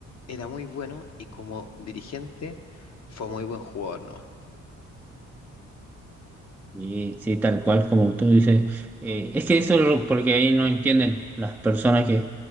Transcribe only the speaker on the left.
era muy bueno y como dirigente fue muy buen jugador, ¿no?